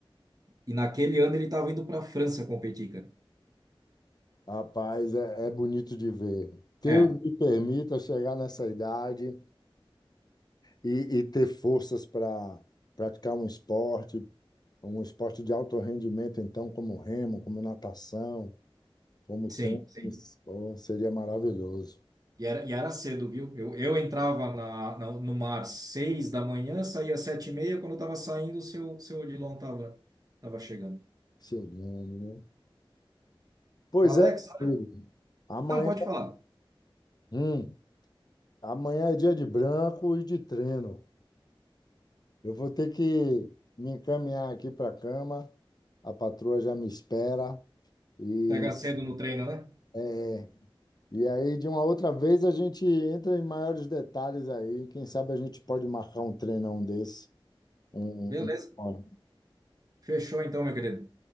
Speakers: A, on the right; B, on the left.
A: E naquele ano ele estava indo para a França competir, cara.
B: Rapaz, é, é bonito de ver. Deus
A: É,
B: me permita chegar nessa idade e, e ter forças para praticar um esporte, um esporte de alto rendimento, então, como remo, como natação Como
A: sim,
B: tempo
A: sim.
B: mas, seria maravilhoso.
A: E era, e era cedo, viu? Eu, eu entrava na, na- no mar seis da manhã, saía sete e meia. Quando eu estava saindo, o seu, seu Odilon estava tava chegando.
B: Seu nome, né? Pois
A: Alex,
B: é,
A: olha-
B: amigo. Amanhã,
A: não, pode falar.
B: hum, amanhã é dia de branco e de treino. Eu vou ter que me encaminhar aqui para a cama. A patroa já me espera. E,
A: Pega cedo no treino, né?
B: é, e aí, de uma outra vez, a gente entra em maiores detalhes aí. Quem sabe a gente pode marcar um treinão desse. Um,
A: Beleza.
B: um- um-
A: Fechou então, meu querido.